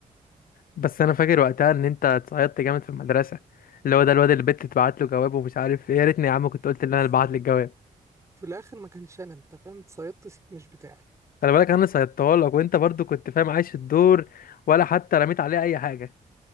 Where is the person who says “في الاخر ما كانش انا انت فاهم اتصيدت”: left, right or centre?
Right